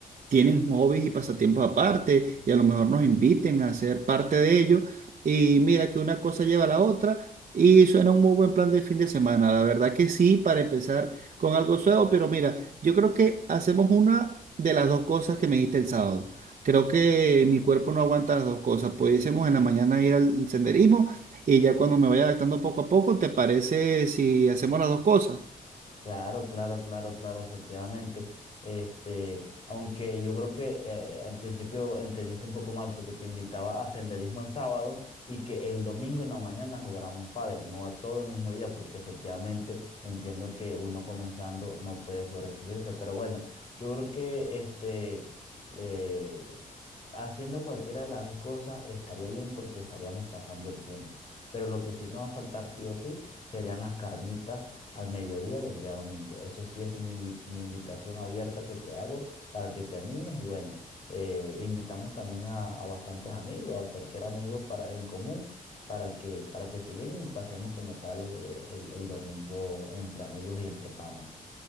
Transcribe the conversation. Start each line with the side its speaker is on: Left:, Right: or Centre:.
Right: tienen hobbies y pasatiempos aparte y a lo mejor nos inviten a ser parte de ellos y mira que una cosa lleva a la otra y suena un muy buen plan de fin de semana, la verdad que sí, para empezar con algo suave, pero mira, yo creo que hacemos una de las dos cosas que me diste el sábado. Creo que mi cuerpo no aguanta las dos cosas. Pudiésemos en la mañana ir al senderismo y ya cuando me vaya adaptando poco a poco, ¿te parece si hacemos las dos cosas?
Left: Claro, claro, claro, claro, efectivamente. Este, aunque yo creo que eh, eh, al principio entendiste un poco mal porque te invitaba a senderismo el sábado y que el domingo en la mañana jugáramos pádel, no todo el mismo día, porque efectivamente entiendo que uno comenzando no puede sobreexigirse. Pero bueno, yo creo que este eh, haciendo cualquiera de las dos cosas estaría bien porque estaríamos pasando el tiempo. Pero lo que sí nos va a faltar sí o sí serían las carnitas al mediodía del día domingo. Eso sí es mi, invi- mi invitación abierta que te hago para que te animes y bueno, eh, invitamos también a, a bastantes amigos, a cualquier amigo para, en común, para que, para que se lleguen y pasemos como tal el, el- el domingo entre amigos y entre panas.